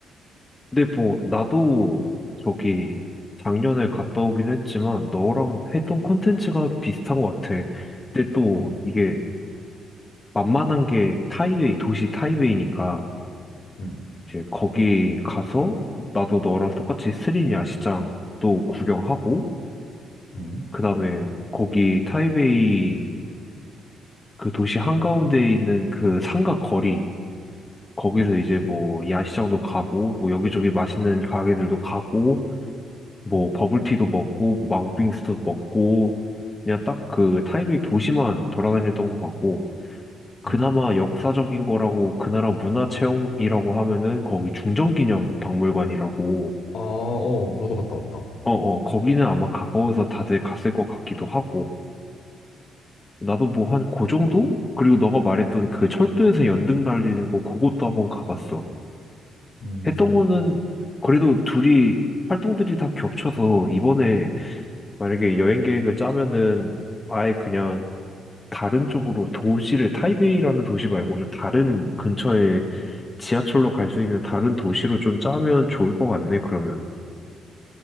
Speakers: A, on the left; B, on the left.
A: 근데 뭐 나도 저기 작년에 갔다 오긴 했지만 너랑 했던 컨텐츠가 비슷한 것 같아. 근데 또
B: 음,
A: 이게 만만한 게 타이웨이, 도시 타이웨이니까
B: 음,
A: 이제 거기 가서 나도 너랑 똑같이 스리냐 시장도 구경하고
B: 음,
A: 그다음에 거기 타이베이 그 도시 한가운데에 있는 그 상가 거리 거기서
B: 음,
A: 이제 뭐 야시장도 가고 뭐 여기저기 맛있는 가게들도 가고 뭐
B: 음,
A: 버블티도 먹고 뭐 망고빙수도 먹고 그냥 딱 그 타이베이 도시만 돌아다녔던 것 같고 그나마
B: 음.
A: 역사적인 거라고 그 나라 문화 체험이라고 하면은 거기 중정기념 박물관이라고
B: 아, 어, 나도 갔다 왔다.
A: 어, 어, 거기는 아마 가까워서 다들 갔을 것 같기도 하고. 나도 뭐 한 그 정도? 그리고 너가 말했던 그 철도에서 연등 날리는 거, 그것도 한번 가봤어.
B: 음,
A: 했던 거는 그래도 둘이, 활동들이 다 겹쳐서 이번에 만약에 여행 계획을 짜면은 아예 그냥 다른 쪽으로 도시를, 타이베이라는 도시 말고 좀 다른 근처에 지하철로 갈 수 있는 다른 도시로 좀 짜면 좋을 것 같네, 그러면.